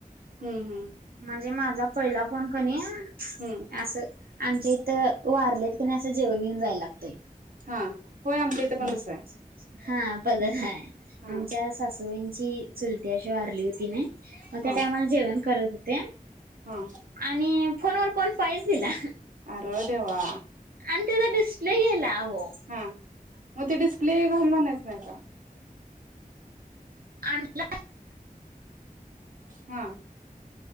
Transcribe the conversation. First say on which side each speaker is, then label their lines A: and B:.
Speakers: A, on the right; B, on the right.
A: हम्म हम्.
B: म्हणजे माझा पहिला फोन कणी आहे
A: हम्म
B: असं. आमच्या इथं वारलेत की नाही, असं जेवण घेऊन जायला लागतय.
A: हा. होय आमच्या इथं
B: म्हणजे
A: पण तसं आहे
B: हा पद आहे
A: हा
B: आमच्या. सासूबाईंची चुलती अशी वारली होती ना. म
A: हा
B: त्या टायमाला जेवण करत होते.
A: हा
B: आणि फोनवरर कोण पाैस दिला.
A: अर देेवा.
B: आणि त्याचा डिस्प्ले गला हो.
A: हा मग ते डिस्प्ले घालणार नाहीच नाहीचा.
B: आणि.
A: हा.